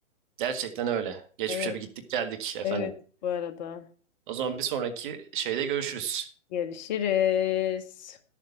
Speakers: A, on the right (about 40°); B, on the left (about 35°).
A: Gerçekten öyle. Geçmişe
B: Evet,
A: bir gittik geldik efendim.
B: evet bu arada.
A: O zaman bir sonraki şeyde görüşürüz.
B: Görüşürüz.